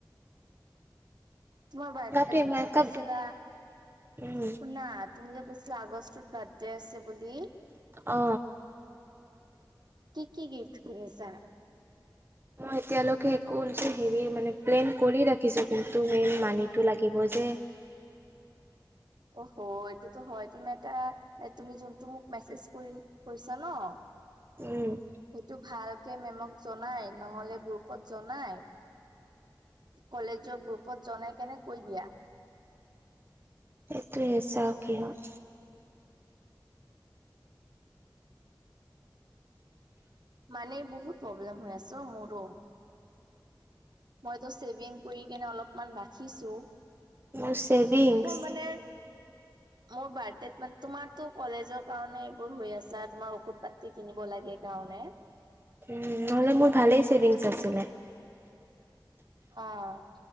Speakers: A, on the right; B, on the right.
A: তোমাৰ ব
B: গাটো
A: তুমি
B: ইমান
A: যে
B: এটা
A: কৈছিলা
B: উম
A: শুনা। তুমি যে কৈছিলা আগষ্টত বাৰ্থডে আছে বুলি।
B: অ,
A: কি কি গিফ্ট কিনিছা।
B: মই এতিয়ালৈকে একো যে হেৰি মানে প্লেইন। কৰি ৰাখিছোঁ কিন্তু মেইন মানিটো লাগিব যে।
A: অ হ এইটোতো হয় তুমাৰ এটা, এ তুমি যোনটো মোক মেছেজ কৰি কৰিছা ন।
B: উম,
A: সেইটো ভালকে মেমক জনাই নহ'লে গ্ৰুপত জনাই। কলেজৰ গ্ৰুপত জনাই কেনে কৈ দিয়া।
B: সেইটোৱে চাওঁ কি হয়।
A: মাণি বহুত প্ৰব্লেম হৈ আছ অ মোৰো। মইতো চেভিং কৰি কেনে অলপমান ৰাখিছোঁ।
B: মোৰ ছেভিংছ
A: মোৰ মানে। মোৰ বাৰ্থডে মানে তোমাৰতো কলেজৰ কাৰণে এইবোৰ হৈ আছা তোমাৰ ঔষুধ, পাতি কিনিব লাগে কাৰণে।
B: উম নহলে মোৰ ভালেই ছেভিংছ আছিলে।
A: অ,